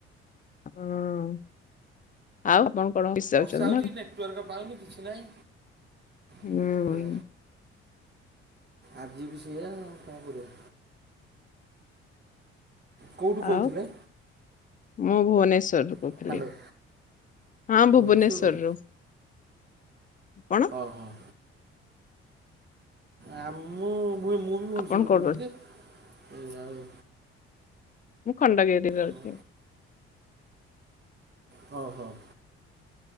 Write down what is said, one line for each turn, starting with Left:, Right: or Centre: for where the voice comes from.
Left: <unintelligible> ହଁ। ଆଉ ଆପଣ କଣ ଅଫିସ
Right: ବର୍ଷା
Left: ଯାଉଚନ୍ତି
Right: ହେଉଛି
Left: ନା
Right: ନେଟୱାର୍କ ପାଉନି କିଛି ନାହିଁ
Left: ହୁଁ।
Right: ଫୋନ୍ ଉପରେ ଆଜି ବି ସେଇୟା ଆଉ କଣ କରିବା। କୋଉଠୁ କୋଉଥିଲେ?
Left: ଆଉ ମୁଁ ଭୁବନେଶ୍ଵରରୁ କୋଉ
Right: ହ୍ୟାଲୋ
Left: <unintelligible> ହଁ
Right: ଭୁବନେଶ୍ୱରରୁ
Left: ଭୁବନେଶ୍ଵରରୁ କଣ
Right: ଅ ହଁ। ଆ ମୁଁ ମୁଁ ମୁଁ ବି ଭୁବନେଶ୍ୱରରୁ
Left: ଆପଣ କୋଉଠୁ
Right: କୋହୁଥିଲି
Left: ରହୁଛନ୍ତି?
Right: ଯେ ଏ ଆଉ
Left: ମୁଁ ଖଣ୍ଡଗିରିରେ ରହୁଚି।
Right: ହଁ ହୋଉ ହୋଉ।